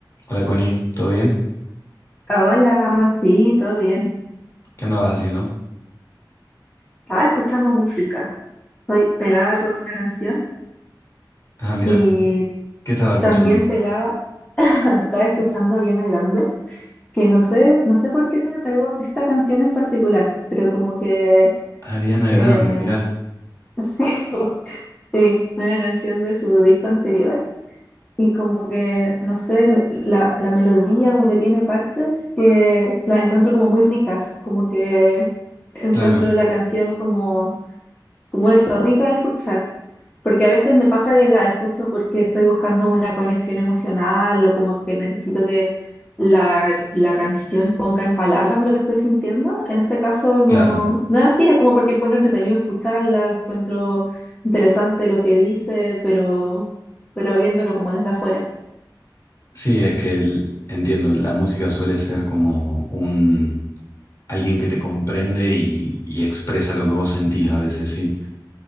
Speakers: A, on the left; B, on the left.
A: Hola Connie, ¿todo bien?
B: Hola, sí, todo bien.
A: ¿Qué andabas haciendo?
B: Estaba escuchando música. Estoy pegada con una canción
A: Ah, mirá,
B: y
A: ¿qué estaba escuchando?
B: también pegada, estaba escuchando a Ariana Grande, que no sé, no sé por qué se me pegó esta canción en particular, pero como que
A: Ariana
B: eh,
A: Grande, mirá.
B: <laughs> sí, sí, una canción de su disco anterior y como que, no sé, la, la melodía como que tiene partes que las encuentro como muy ricas, como que encuentro
A: Claro,
B: la canción como, como eso, rica de escuchar Porque a veces me pasa que la escucho porque estoy buscando una conexión emocional o como que necesito que la, la canción ponga en palabras lo que estoy sintiendo. En este caso no,
A: claro.
B: no es así, es como porque encuentro entretenido escucharla, encuentro interesante lo que dice, pero, pero viéndolo como desde afuera.
A: Sí, es que el- entiendo, la música suele ser como un alguien que te comprende y, y expresa lo que vos sentís a veces, sí.